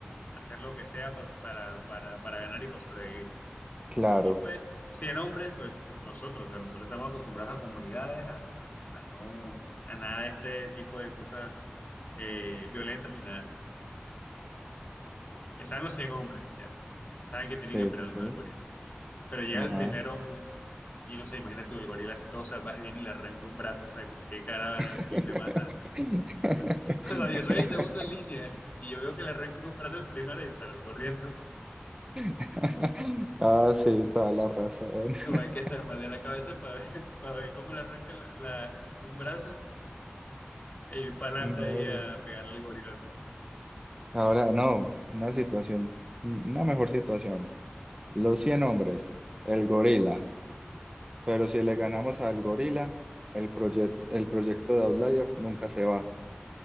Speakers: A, on the left; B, on the right.
A: hacer lo que sea pa- para, para, para ganar y para sobrevivir.
B: claro.
A: Y pues, 100 hombres, pues nosotros, o sea, nosotros estamos acostumbrados a comodidades, a, a- a no, a nada de este tipo de cosas eh, violentas ni nada así. Están los 100 hombres, ya, saben que tienen
B: Sí,
A: que pelear
B: sí, sí.
A: con el gorila. Pero llega
B: Ajá.
A: el primer hombre y no sé, imagina tú, el gorila así todo salvaje viene y le arranca un brazo, o sea, ¿con qué cara van
B: <laughs>
A: a venir los demás? a- <laughs> O sea, yo soy el segundo en línea eh, y yo veo que le arrancan un brazo el primero y yo salgo corriendo.
B: <laughs> Ah, sí, toda la razón.
A: No,
B: <laughs>
A: no, hay que estar mal de la cabeza para ver, <laughs> para ver cómo le arranca la, la- un brazo E ir para adelante
B: No,
A: ahí
B: pues,
A: a pegarle al gorila.
B: ahora no, una situación, mm, una mejor situación. Los 100 hombres, el gorila. Pero si le ganamos al gorila, el, proye- el proyecto de Outlier nunca se va.